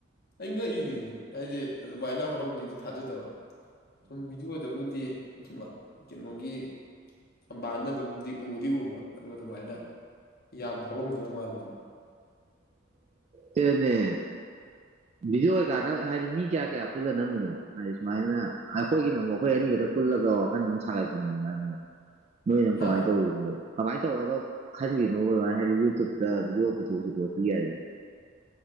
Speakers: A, on the left (about 50°); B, on the right (about 30°).
A: ꯑꯩ ꯉꯛꯏꯅꯤꯅꯦ ꯍꯥꯏꯗꯤ ꯑꯗꯨꯃꯥꯏꯅ ꯍꯧꯔꯝꯅꯤꯗ ꯊꯥꯖꯗꯕ ꯁꯨꯝ ꯚꯗꯤꯑꯣ ꯑꯗꯨꯕꯨꯗꯤ ꯁꯨꯃ ꯀꯩꯅꯣꯒꯤ ꯊꯝꯕꯥꯜꯅ ꯑꯗꯨꯝꯗꯤ ꯎꯗꯤ ꯎꯕ ꯑꯗꯣ ꯑꯗꯨꯃꯥꯏꯅ ꯌꯥꯝ ꯍꯧꯔꯝꯗꯧ ꯃꯥꯟꯗꯕ
B: ꯀꯅꯦ ꯚꯗꯤꯑꯣ ꯑꯣꯏ ꯀꯥꯟꯅꯕ ꯍꯥꯏꯗꯤ ꯃꯤ ꯀꯌꯥ ꯀꯌꯥ ꯄꯨꯜꯂ ꯅꯝꯃꯤꯅꯣ ꯍꯥꯏꯗꯤ ꯁꯨꯃꯥꯏꯅ ꯑꯩꯈꯣꯏꯒꯤꯅ ꯑꯃꯨꯛ ꯑꯩꯈꯣꯏ ꯑꯅꯤ ꯈꯛꯇ ꯄꯨꯜꯂꯒ ꯋꯥꯈꯜ ꯑꯗꯨꯝ ꯁꯥꯒꯠꯄꯟꯅꯤꯡꯉꯅꯤ ꯅꯣꯏꯅꯝ
A: ꯍꯥ
B: ꯀꯃꯥꯏꯅ ꯇꯧꯔꯤꯅꯦ ꯀꯃꯥꯏꯅ ꯇꯧꯔꯒ ꯈꯟꯈꯤꯅꯣ ꯑꯗꯨꯃꯥꯏꯅ ꯍꯥꯏꯗꯤ ꯌꯨꯇꯨꯕꯇ ꯚꯗꯤꯑꯣ ꯄꯨꯊꯣꯛꯑꯁꯤ ꯈꯣꯠꯄꯤ ꯌꯥꯔꯦ